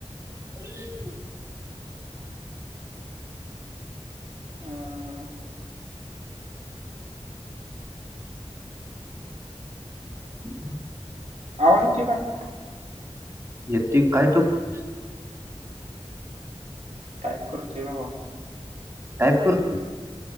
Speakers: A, on the right; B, on the right.
A: <unintelligible>
B: अं,
A: <inaudible>
B: आवाज येतोय <unintelligible>
A: यती काय <unintelligible>
B: काय करतोय भावा?
A: टाईप करतोय.